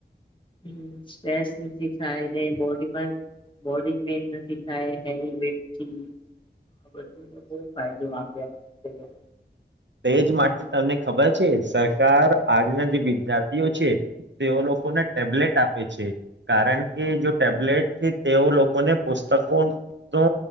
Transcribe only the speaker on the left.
હમ સ્ટસ નથી થાય ને બોડીમાં બોડી પેન નથી થાય હેવી વેટથી આ બધુંને બ ફાયદો આપ્યા.